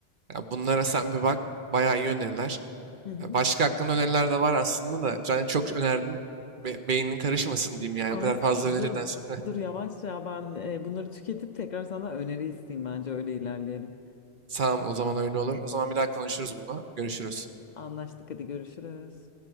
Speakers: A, on the right; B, on the left.
A: Ya bunlara sen bir bak. Bayağı iyi öneriler.
B: Hı hı.
A: Ya Başka hakkında öneriler de var aslında da. Yani çok önerdim. Be- beynin karışmasın diyeyim yani.
B: Aynen
A: O kadar fazla öneriden
B: dur
A: sonra.
B: dur yavaş ya ben e, bunları tüketip tekrar sana öneri isteyeyim bence öyle ilerleyelim.
A: <laughs> Tamam o zaman öyle olur. O zaman bir daha konuşuruz bunu. Görüşürüz.
B: Anlaştık hadi görüşürüz.